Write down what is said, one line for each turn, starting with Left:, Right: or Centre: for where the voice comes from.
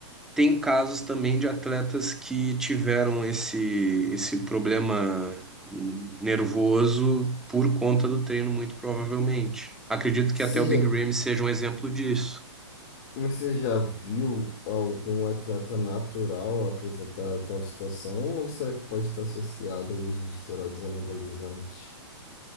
Centre: tem casos também de atletas que tiveram esse, esse problema hum, nervoso por conta do treino, muito provavelmente. Acredito que
Left: Seja
Centre: até o Big Ramy seja um exemplo disso.
Left: Você já viu algum atleta natural apresentar tal situação? Ou será que pode estar associado aos uso esteroides anabolizantes?